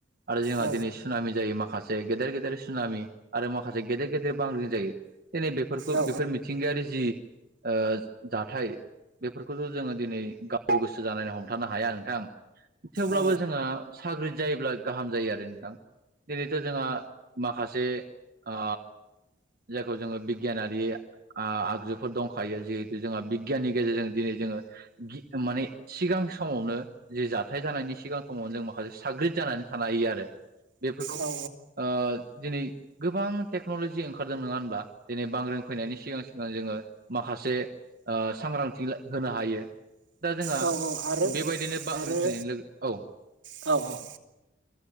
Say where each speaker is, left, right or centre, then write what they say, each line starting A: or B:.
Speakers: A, on the right; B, on the right.
A: आरो जोंहा
B: औ
A: दिनै सुनामि जायो माखा से गेदेर गेदेर सुनामि आरो माखासे गेदेर गेदेर बांग्रिं जायो दिनै बेफोरखौ
B: औ
A: बेफोर मि थिंगायारि जि ओ जाथाय बेफोरखौसो जोङो दिनै गाव गोसो जानानै हमथानो हाया नोंथां थेवब्लाबो
B: औ
A: जोङो साग्रिद जायोब्ला गाहाम जायो आरो नोंथां दिनैथ' जोंहा माखासे ओ जायखौ जोङो बिगियानारि ओ आगजुफोर दंखायो जिहेथु जोंहा बि गियाननि गेजेरजों दिनै जोङो गि माने सिगां समावनो जि जाथाय जानायनि सिगां समाव जों माखासे साग्रिद जानानै थानो हायो आरो बेफोरखौ
B: औ
A: ओ दिनै गोबां टेक्न'लजि ओंखारदों नङा होनब्ला दिनै बांग्रिं फैनायनि सिगां सिगां जोङो माखासे ओ सांग्रांथि होनो हायो। दा जोंहा
B: औ औ आरो
A: बेबायदिनो बांग्रिं
B: आरो
A: फैनाय लोगो औ
B: औ औ।